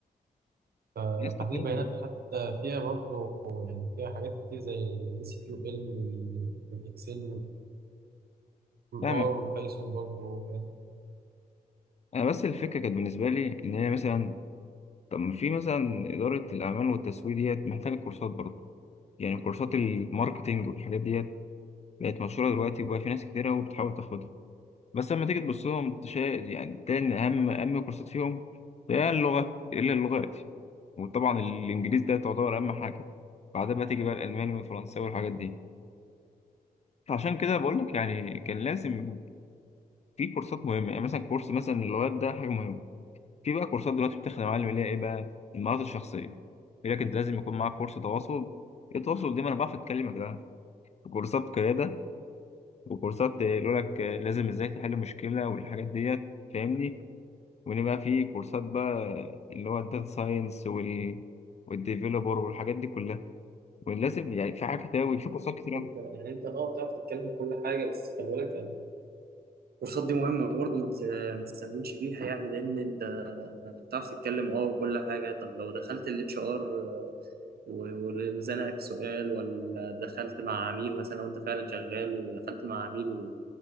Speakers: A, on the right; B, on the left.
A: فتحليل
B: يا اسطى فاهم
A: بيانات حتى فيها برضه يعني فيها حاجات كتير زي ال SQL وال- والإكسل والآر
B: فاهم
A: والبايثون برضه فاهم
B: انا بس الفكره كانت بالنسبه لي ان هي مثلا طب ما في مثلا اداره الاعمال والتسويق ديت محتاجه كورسات برضه يعني كورسات الماركتينج والحاجات ديت بقت مشهوره دلوقتي وبقى في ناس كتيره وبتحاول تاخدها بس لما تيجي تبص لهم تشا- يعني تاني اهم اهم كورسات فيهم هي اللغه الا اللغات وطبعا الانجليزي ده تعتبر اهم حاجه بعدها بقى تيجي بقى الالماني والفرنساوي والحاجات دي فعشان كده بقول لك يعني كان لازم في كورسات مهمه يعني مثلا كورس مثلا اللغات ده حاجه مهمه في بقى كورسات دلوقتي بتخدم معلم اللي هي ايه بقى المهارات الشخصيه يقول لك انت لازم يكون معاك كورس تواصل ايه التواصل ده ما انا بعرف اتكلم يا جدعان وكورسات قياده وكورسات آه، يقول لك آه، لازم ازاي تحل مشكله والحاجات ديت فاهمني وان بقى في كورسات بقى آه، اللي هو الداتا ساينس وال والديفيلوبر والحاجات دي كلها ولازم يعني في حاجات كتير أوي، في كورسات كتير
A: يعني انت بتتكلم في كل حاجه خلي بالك الكورسات دي مهمة برضه ما تس- ما تستهونش بيها يعني لأن أنت بتعرف تتكلم أه وكل حاجة طب لو دخلت ال HR و- وزنقك سؤال ولا دخلت مع عميل مثلا لو أنت فعلا شغال ودخلت مع عميل و-